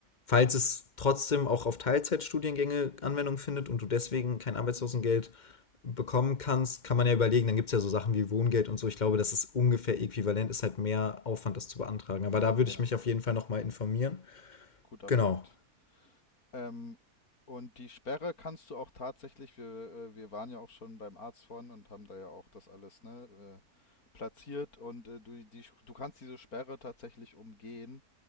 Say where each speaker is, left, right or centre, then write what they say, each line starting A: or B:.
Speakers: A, on the left; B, on the left.
A: falls es trotzdem auch auf Teilzeitstudiengänge Anwendung findet und du deswegen kein Arbeitslosengeld bekommen kannst, kann man ja überlegen. Dann gibt es ja so Sachen wie Wohngeld und so. Ich glaube, das ist ungefähr äquivalent, ist halt mehr Aufwand, das zu beantragen. Aber da würde
B: ja,
A: ich mich auf jeden Fall nochmal informieren.
B: guter
A: Genau.
B: Punkt. Ähm, und die Sperre kannst du auch tatsächlich, wir, äh, wir waren ja auch schon beim Arzt vorhin und haben da ja auch das alles, ne, äh, platziert und äh, du, die, du kannst diese Sperre tatsächlich umgehen,